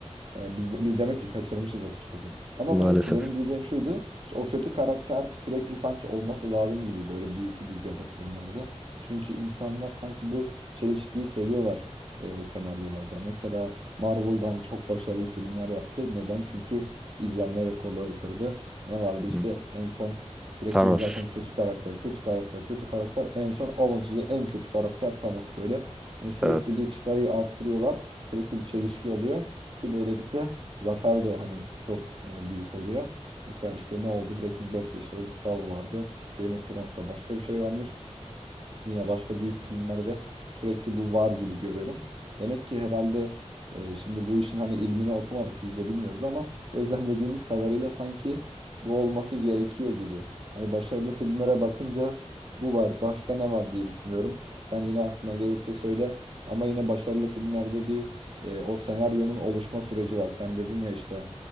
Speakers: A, on the right; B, in the centre.
A: E, Biz, de- biz demek ki kaçırmışız o fırsatı. Ama
B: Maalesef.
A: neyse benim diyeceğim şuydu. işte o kötü karakter sürekli sanki olması lazım gibi böyle büyük dizi ya da filmlerde. Çünkü insanlar sanki bu çelişkiyi seviyorlar e, senaryolarda. Mesela Marvel'da hani çok başarılı filmler yaptı. Neden? Çünkü izlenme rekorları kırdı. Ne vardı? İşte
B: Hı.
A: en son sürekli
B: Thanos.
A: bir zaten kötü karakter, kötü karakter, kötü karakter. En son alın size en kötü karakter Thanos böyle. Hani sürekli
B: Evet.
A: bir çıtayı arttırıyorlar. Sürekli bir çelişki oluyor. Ki böylelikle zafer de hani çok e, büyük oluyor. Mesela işte ne oldu? Breaking Bad'de işte o Gustavo vardı. Game of Thrones'ta başka bir şey varmış. Yine başka büyük filmlerde sürekli bu var gibi görüyorum. Demek ki herhalde e, şimdi bu işin hani ilmini okumadık biz de bilmiyoruz ama gözlemlediğimiz kadarıyla sanki bu olması gerekiyor gibi. Hani başarılı filmlere bakınca bu var, başka ne var diye düşünüyorum. Sen yine aklına gelirse söyle ama yine başarılı filmlerde bir e, o senaryonun oluşma süreci var. Sen dedin ya işte